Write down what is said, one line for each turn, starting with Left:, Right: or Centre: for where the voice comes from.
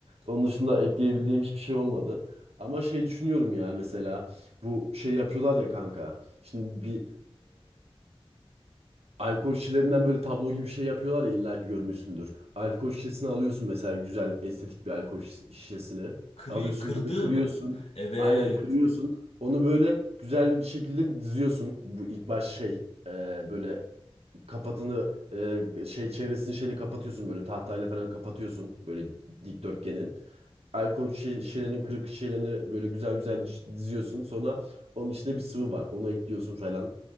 Right: Onun dışında ekleyebildiğim hiçbir şey olmadı. Ama şey düşünüyorum ya mesela bu şey yapıyorlar ya kanka. Şimdi bir Alkol şişelerinden böyle tablo gibi bir şey yapıyorlar ya illa ki görmüşsündür. Alkol şişesini alıyorsun mesela güzel estetik bir alkol şiş- şişesini.
Left: Kırıyor,
Right: Alıyorsun
Left: kırdığı
Right: böyle kırıyorsun.
Left: mı? Evet.
Right: Aynen kırıyorsun. Onu böyle güzel bir şekilde diziyorsun. Bu ilk baş şey e, böyle kapatını e, şey çevresini şeyle kapatıyorsun böyle tahtayla falan kapatıyorsun böyle dikdörtgenin alkol şi- şişelerin kırık şişelerini böyle güzel güzel diz- diziyorsun. Sonra onun içinde bir sıvı var. Onu ekliyorsun falan.